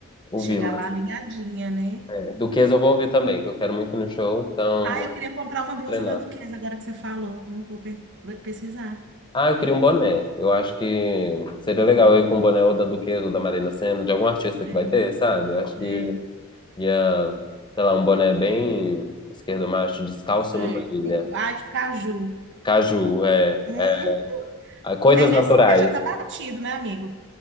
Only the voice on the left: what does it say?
Ouvi-la.
É. Duquesa eu vou ouvir também, que eu quero muito ir no show, então
vou
treinar.
Ah, eu queria um boné. Eu acho que seria
legal eu ir com um boné ou da Duquesa ou da Marina Sena, de algum artista
que vai ter, sabe? Eu acho
que ia, sei lá, um boné bem esquerdo, macho, descalço
numa ilha.
Caju, é.
é. Ah, Coisas
naturais.